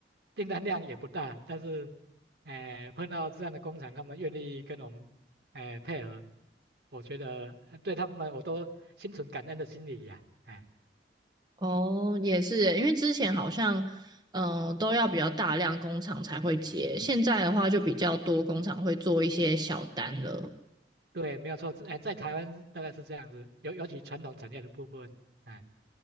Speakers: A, on the right; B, on the right.
A: 订单量也不大，但是，哎，碰到这样的工厂，他们愿意跟我们，哎，配合，我觉得呃对他们我都心存感恩的心理呀、哎，
B: 哦，也是耶，因为之前好像，嗯、都要比较大量工厂才会接，现在的话就比较多工厂会做一些小单了。
A: 对，没有错，哎，在台湾大概是这样子，尤尤其传统产业的部分，哎，